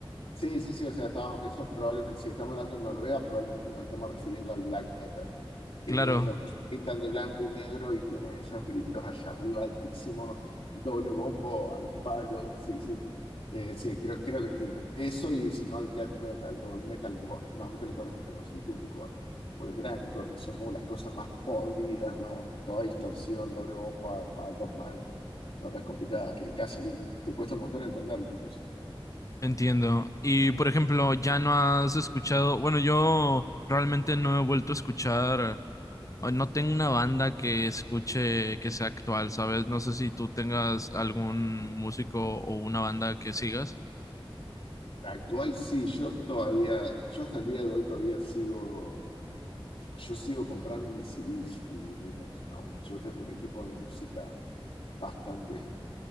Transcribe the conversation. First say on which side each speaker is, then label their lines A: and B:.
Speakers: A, on the left (about 85°); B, on the left (about 35°).
A: Sí, sí, sí, o sea, estamos, eso probablemente, si estamos hablando de Noruega, probablemente nos estamos refiriendo al black metal, que
B: Claro.
A: es los que pintan de blanco y negro y tienen esos gritos allá arriba altísimos, doble bombo al palo, sí, sí, Eh, sí, creo, creo que entiendo. Eso y si no el death metal o el metalcore, no, metalcore es otra cosa, el doomcore o el grindcore, que son como las cosas más podridas, más toda distorsión, doble bombo a, a dos manos, notas complicadas, que casi que te cuesta un montón entenderlo incluso.
B: Entiendo. Y por ejemplo, ya no has escuchado, bueno, yo realmente no he vuelto a escuchar, o no tengo una banda que escuche que sea actual, ¿sabes? No sé si tú tengas algún músico o una banda que sigas.
A: Actual sí, yo todavía, yo hasta el día de hoy todavía sigo, yo sigo comprándome CDs y vinilos. Aún yo tengo un equipo de música bastante,